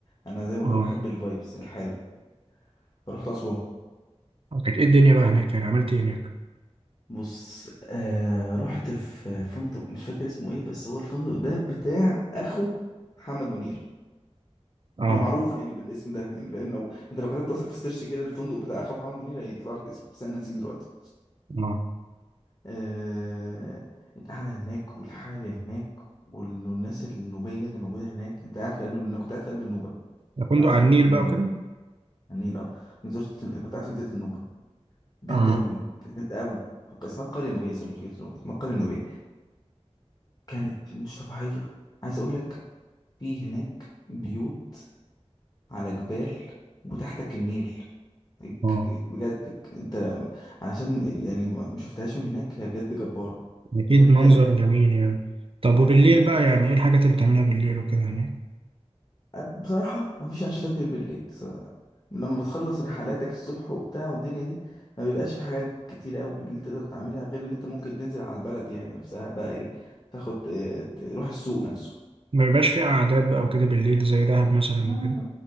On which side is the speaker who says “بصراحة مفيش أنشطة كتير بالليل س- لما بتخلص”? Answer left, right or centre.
Left